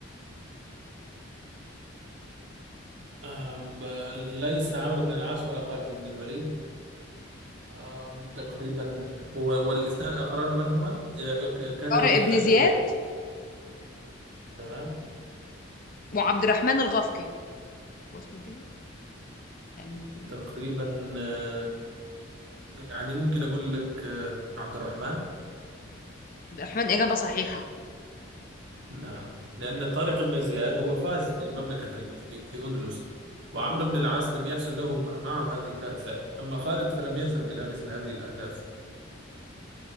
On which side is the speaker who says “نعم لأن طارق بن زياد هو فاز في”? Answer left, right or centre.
Right